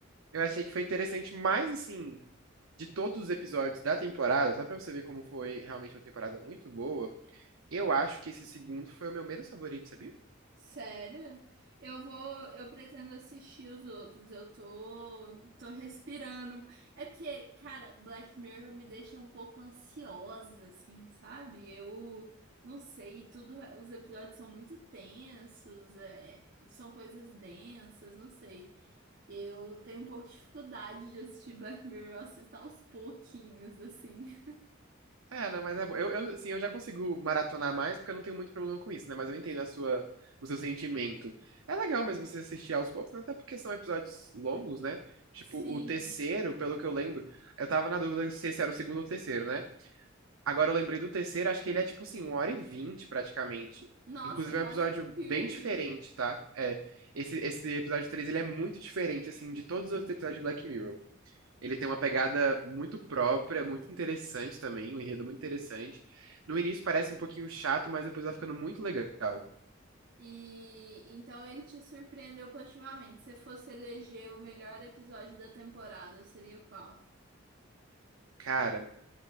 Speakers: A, on the right; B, on the right.
A: eu achei que foi interessante, mas assim, de todos os episódios da temporada, só pra você ver como foi realmente uma temporada muito boa, eu acho que esse segundo foi o meu menos favorito, sabia?
B: Sério? Eu vou, eu pretendo assistir os outros. Eu tô, tô respirando. É porque, cara, Black Mirror me deixa um pouco ansiosa, assim, sabe? Eu não sei, tudo, os episódios são muito tensos, é, são coisas densas, não sei. Eu tenho um pouco de dificuldade de assistir Black Mirror, eu assisto aos pouquinhos, assim.
A: É, não, mas é bom. Eu, eu, assim, eu já consigo maratonar mais porque eu não tenho muito problema com isso, né? Mas eu entendo a sua, o seu sentimento. É legal mesmo você assistir aos poucos, né? Até porque são episódios longos, né? Tipo,
B: <laughs> Sim.
A: o terceiro, pelo que eu lembro, eu tava na dúvida se esse era o segundo ou o terceiro, né? Agora eu lembrei do terceiro, acho que ele é tipo assim, uma hora e 20, praticamente.
B: Nossa,
A: Inclusive
B: é quase
A: é um episódio
B: um filme.
A: bem diferente, tá? É, esse, esse episódio 3 ele é muito diferente, assim, de todos os outros episódios de Black Mirror. Ele tem uma pegada muito própria, muito interessante também, um enredo muito interessante. No início parece um pouquinho chato, mas depois vai ficando muito legal.
B: E então ele te surpreendeu positivamente. Se fosse eleger o melhor episódio da temporada, seria qual?
A: Cara,